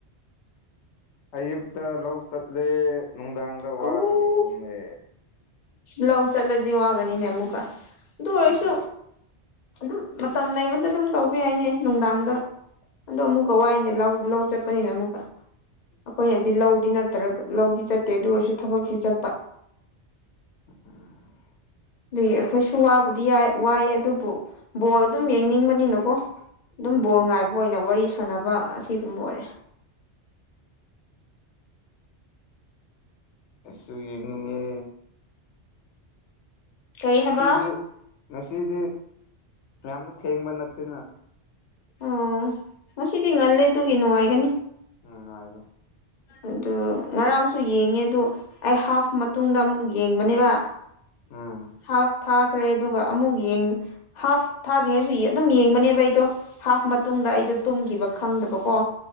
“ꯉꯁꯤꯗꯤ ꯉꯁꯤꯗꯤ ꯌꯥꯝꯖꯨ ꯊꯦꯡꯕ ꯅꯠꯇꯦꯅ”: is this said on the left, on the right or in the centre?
Left